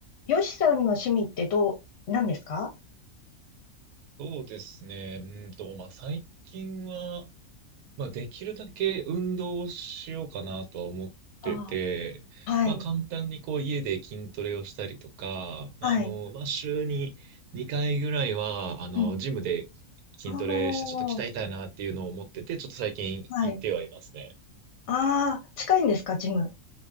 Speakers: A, on the left (about 60°); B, on the right (about 80°).
A: よしさんの趣味ってどう、何ですか
B: そうですね。うんと、まあ、最近は、まあ、できるだけ運動をしようかなとは思ってて、
A: ああはい。
B: まあ、簡単にこう、家で筋トレをしたりとか、まあ、
A: はい。
B: あの、まあ、週に2回ぐらいは、あの、
A: うん。
B: ジムで筋トレしてちょっと鍛えたいなっていうのを思ってて、
A: ああ、
B: ちょっと最近行ってはいますね。
A: はい。ああ、近いんですか、ジム。